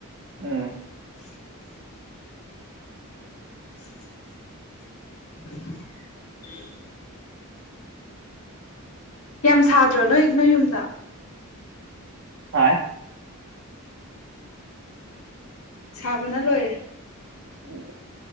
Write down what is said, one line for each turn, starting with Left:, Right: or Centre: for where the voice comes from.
Right: ꯎꯝ
Left: <unintelligible> <unintelligible> ꯌꯥꯝ ꯁꯥꯗ꯭ꯔꯣ ꯅꯣꯏ ꯅꯣꯏ ꯌꯨꯝꯗ
Right: ꯁꯥꯏ
Left: ꯁꯥꯕꯅ ꯂꯣꯏꯔꯦ
Right: ꯎꯝ